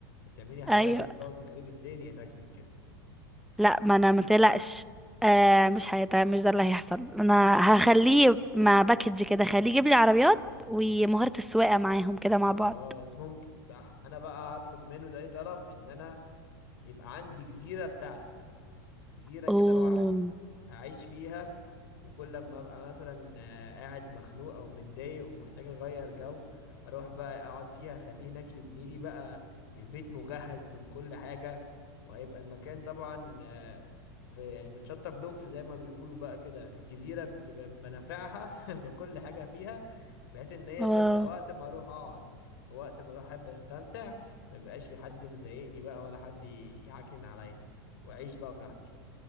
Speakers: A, on the left; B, in the centre.
A: انت تعملي حوادث
B: ايوه
A: بقى وتخربي الدنيا شكلك كده
B: لا ما انا ما تقلقش آه مش هيدا مش ده اللي هيحصل انا هخليه مع باكج كده خليه يجيب لي عربيات ومهارة السواقة معاهم كده مع بعض
A: اه ممكن صح انا بقى هطلب منه تاني طلب ان انا يبقى عندي جزيرة بتاعتي جزيرة
B: اوه
A: كده لوحدي أعيش فيها وكل لما أبقى مثلا آه، قاعد مخنوق أو متضايق ومحتاج أغير جو أروح بقى أقعد فيها أخليه هناك يبني لي بقى البيت مجهز من كل حاجة وهيبقى المكان طبعا آه، في يعني متشطب بلوكس زي ما بيقولوا بقى كده الجزيرة ب- ب- بنافعها <laughs> بكل حاجة فيها بحيث إن هي
B: واو
A: تبقى وقت ما أروح أقعد ووقت ما أروح أحب أستمتع ما يبقاش في حد مضايقني بقى ولا حد يعكنن عليا وأعيش بقى براحتي